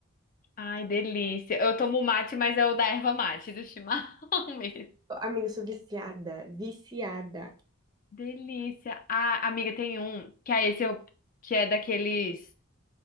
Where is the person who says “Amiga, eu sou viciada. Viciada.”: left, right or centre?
Right